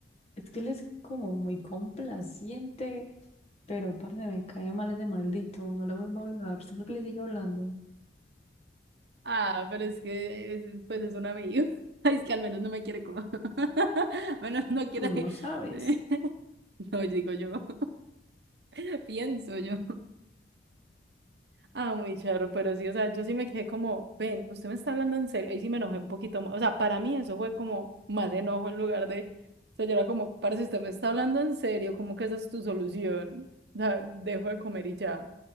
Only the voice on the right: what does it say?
Ah, pero es que es- pues es un amigo. <laughs> Ay, Es que al menos no me quiere comer. <laughs> Bueno, no quiere.
<laughs> No, digo yo, <laughs> pienso yo. Ah, muy charro, pero sí, o sea, yo sí me quedé como, ven, usted me está hablando en serio, ahí sí me enojé un poquito más, o sea, para mí eso fue como más enojo en lugar de, o sea, yo era como, parce, usted me está hablando en serio, cómo que esa es tu solución? O sea, dejo de comer y ya.